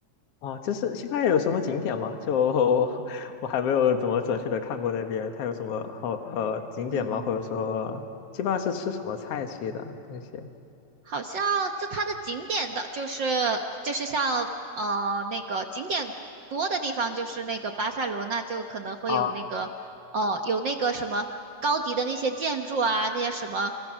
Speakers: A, on the left; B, on the right.
A: 啊，就是西班牙有什么景点吗？就 <laughs> 我还没有怎么准确的看过那边，它有什么好呃景点吗？
B: 嗯。
A: 或者说基本上是吃什么菜系的东西
B: 好像就它的景点的，就是就是像呃那个景点多的地方，就是那个巴塞罗那就可能会有那个哦、
A: 啊？
B: 呃有那个什么高迪的那些建筑啊，那些什么